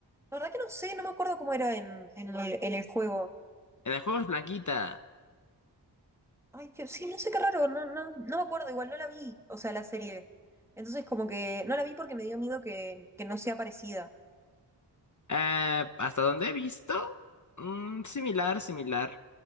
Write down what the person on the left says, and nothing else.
En el juego es blanquita.
Eh, ¿hasta donde he visto? Mm, similar, similar.